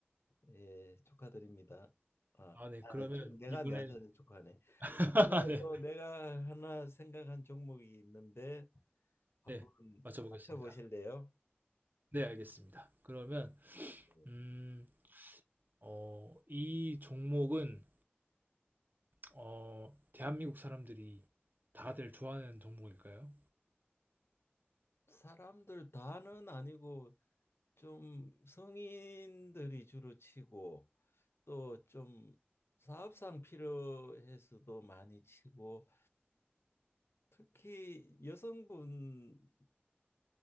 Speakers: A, on the left; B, on the right.
A: 예, 축하드립니다. 아, 아,
B: 아, 네, 그러면
A: 저- 내가
B: 이번엔,
A: 내한테 축하하네.
B: <laughs>
A: 그리고
B: 네,
A: 또 내가 하나 생각한 종목이 있는데 한번
B: 네, 맞춰보겠습니다.
A: 맞춰보실래요?
B: 네, 알겠습니다. 그러면,
A: 네.
B: 음, 어, 이 종목은, 어, 대한민국 사람들이 다들 좋아하는 종목일까요?
A: 사람들 다는 아니고 좀 성인들이 주로 치고 또 좀 사업상 필요해서도 많이 치고 특히 여성분들이